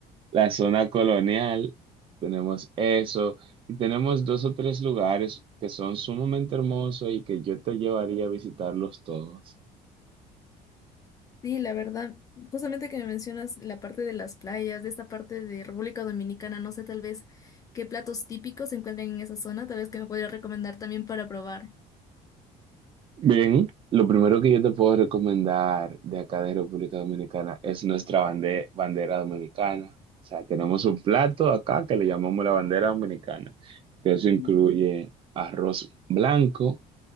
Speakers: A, on the right; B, on the left.
A: la zona colonial, tenemos eso, y tenemos dos o tres lugares que son sumamente hermosos y que yo te llevaría a visitarlos todos.
B: Sí, la verdad, justamente que me mencionas la parte de las playas, de esta parte de República Dominicana, no sé tal vez qué platos típicos se encuentran en esa zona, tal vez que me podría recomendar también para probar.
A: Bien, lo primero que yo te puedo recomendar de acá de República Dominicana es nuestra bande- bandera dominicana. O sea, tenemos un plato acá que le llamamos la bandera dominicana, que eso incluye
B: Mm,
A: arroz blanco,